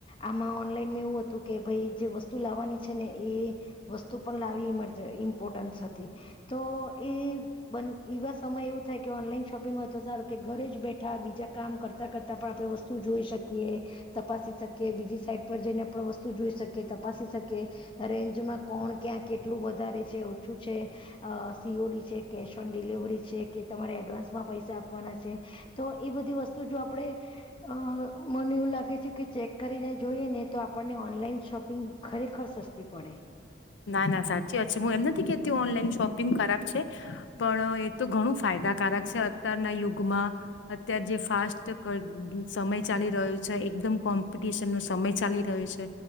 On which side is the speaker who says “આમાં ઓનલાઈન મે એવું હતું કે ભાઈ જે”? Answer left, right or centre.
Left